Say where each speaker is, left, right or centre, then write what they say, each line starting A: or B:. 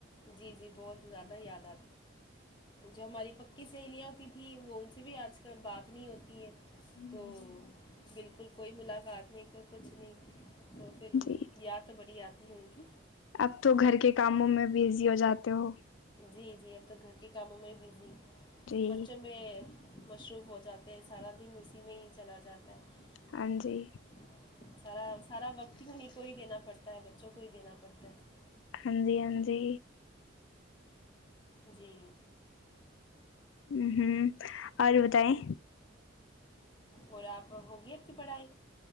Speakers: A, on the left; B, on the left.
A: جی جی بہت زیادہ یاد جو ہماری پکی سہیلیاں ہوتی تھیں وہ ان سے بھی آج کل بات نہیں ہوتی ہے
B: ہ
A: تو
B: جی
A: بالکل کوئی ملاقات نہیں کر کچھ تو پھر
B: جی
A: یاد تو بڑی آتی ہے ان کی
B: اب تو گھر کے کاموں میں بزی ہو جاتے ہو
A: جی جی اب تو گھر کے کاموں میں ہی بزی
B: جی
A: بچوں میں مصروف ہو جاتے ہیں س سارا دن اسی میں ہی چلا جاتا ہے
B: ہاں جی
A: سارا سارا وقت انہی کو ہی دینا پڑتا چاہے بچوں کو ہی دینا پڑتا ہے
B: ہاں جی ہاں جی
A: جی
B: ہ ہوں اور بتایے
A: اور آپ ہوگی آپ کی پڑھائی